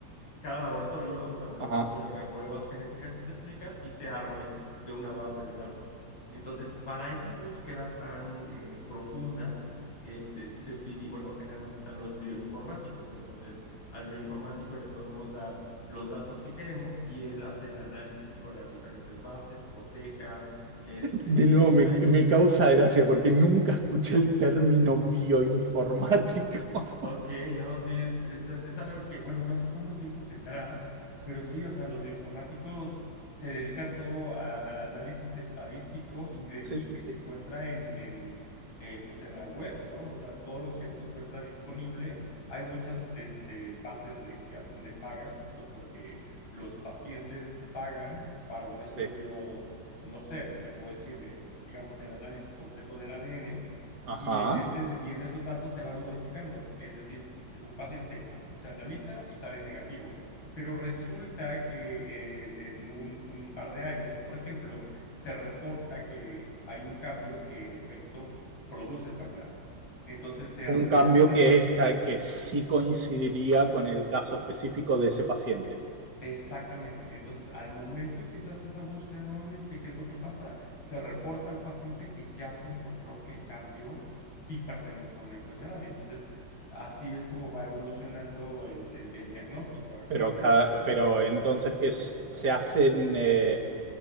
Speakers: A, on the left; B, on the right.
A: cada laboratorio, o sea, un laboratorio
B: Ajá.
A: haga pruebas genéticas específicas y se arme de una base de datos. Entonces, para esa búsqueda tan eh, profunda, este, se utiliza, bueno, generalmente están los bioinformáticos. Entonces, al bioinformático le podemos dar los datos que queremos y él hace el análisis con las diferentes bases, coteja, este,
B: De nuevo, me,
A: hay,
B: me causa gracia porque nunca escuché el término bioinformático. <laughs>
A: Ok, no, sí, es, es, es algo que, bueno, no sé cuánto tiempo tendrá, pero sí, o sea, los bioinformáticos se dedican todo a- al análisis estadístico y, de,
B: Sí,
A: y
B: sí,
A: que
B: sí.
A: se encuentra en, en, eh, pues en la web, ¿no? O sea, todo lo que ya se encuentra disponible. Hay muchas este, bases de, que ya son de paga, justo porque los pacientes pagan para un
B: Sí.
A: estudio, no sé, te puedo decir, de, digamos, el análisis completo del ADN
B: Ajá.
A: y en ese, y en esos datos se van modificando. Es decir, un paciente se analiza y sale negativo. Pero resulta que eh, en un, un par de años, por ejemplo, se reporta que hay un cambio que en efecto produce enfermedad. Entonces se
B: Un
A: vuelven
B: cambio
A: a,
B: que está, que sí coincidiría con el caso específico de ese paciente.
A: Exactamente. Entonces, al momento en que se hace esa búsqueda nuevamente, ¿qué es lo que pasa? Se reporta al paciente que ya se encontró que el cambio sí pertenece a una enfermedad. Entonces, así es como va evolucionando el, el- el diagnóstico
B: Pero,
A: en,
B: cada-
A: en la actualidad.
B: pero entonces que s- se hacen, eh,